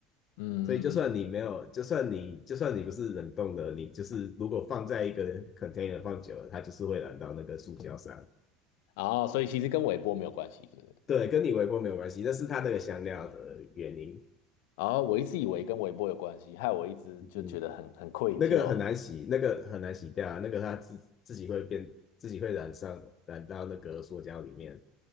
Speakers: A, on the left (about 65°); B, on the left (about 40°).
A: 嗯嗯嗯，
B: 所以就算你没有，就算你就算你不是冷冻的，你就是如果放在一个 container 放久了，它就是会染到那个塑胶上。
A: 哦，所以其实跟微波没有关系，对不对？
B: 对，跟你微波没有关系，那是它那个香料的原因。
A: 哦，我一直以为跟微波有关系，害我一直就觉得很很愧疚。
B: 嗯，那个很难洗，那个很难洗掉啊，那个它自自己会变，自己会染上染到那个塑胶里面。